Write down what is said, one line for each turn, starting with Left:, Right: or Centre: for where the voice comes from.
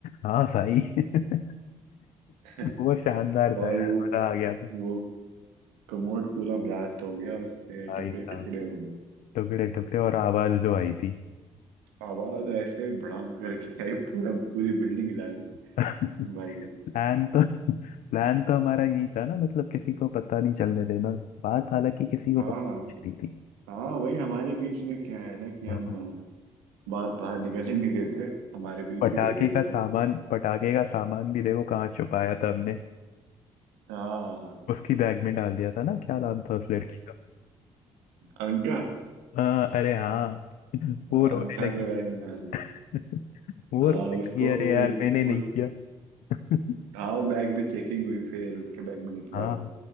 Left: हाँ भाई <laughs>
Right: <laughs>
Left: वो शानदार
Right: और
Left: था यार
Right: वो
Left: मजा आ गया था
Right: वो कमोड पूरा ब्लास्ट हो गया उसके
Left: भाई
Right: टुकड़े
Left: साहब
Right: टुकड़े हो गए
Left: टुकड़े टुकड़े और आवाज जो आई थी
Right: आवाज ऐसे भड़ाम करके आई पूरा पूरी बिल्डिंग हिला दी
Left: <laughs>
Right: भाई
Left: प्लान
Right: ने
Left: तो प्लान तो हमारा यही था ना मतलब किसी को पता नहीं चलने देना बात हालांकि किसी को
Right: हाँ
Left: पता नहीं चली थी
Right: हाँ भाई हमारे बीच में क्या है ना कि
Left: हाँ
Right: हम बात बाहर निकलने नहीं देते हमारे बीच
Left: पटाखे
Right: ही रह गई
Left: का
Right: एक
Left: सामान
Right: बार
Left: पटाखे का सामान भी देखो कहाँ छुपाया था हमने
Right: हाँ
Left: उसकी बैग में डाल दिया था ना क्या नाम था उस लड़की का
Right: अंका
Left: हाँ, अरे हाँ वो
Right: अंका
Left: रोने लगी
Right: के बैग में डाल दिया
Left: <laughs> वो
Right: था। हाँ
Left: रोने
Right: उसको
Left: लगी अरे
Right: फिर
Left: यार मैंने नहीं
Right: उस
Left: किया <laughs>
Right: हाँ वो बैग में चेकिंग हुई फिर उसके बैग में निकला
Left: हाँ
Right: वो